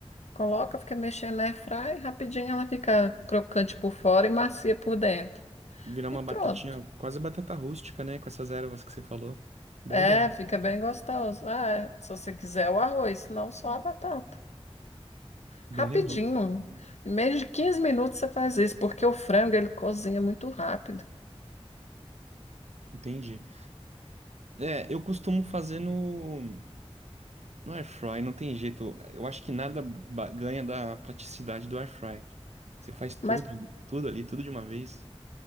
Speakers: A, on the left; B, on the right.
A: coloca, fica mexendo na airfry, rapidinho ela fica crocante por fora e macia por dentro.
B: Virar uma
A: E pronto.
B: batatinha, quase batata rústica, né? Com essas ervas que você falou. Boa
A: É,
B: ideia.
A: fica bem gostoso. É, se você quiser o arroz, senão só a batata.
B: Bem
A: Rapidinho.
B: legal.
A: Em menos de 15 minutos você faz isso, porque o frango ele cozinha muito rápido.
B: Entendi. É, eu costumo fazer no, no air fry, não tem jeito. Eu acho que nada ba- ganha da praticidade do air fry. Você faz tudo,
A: Mas
B: tudo ali, tudo de uma vez.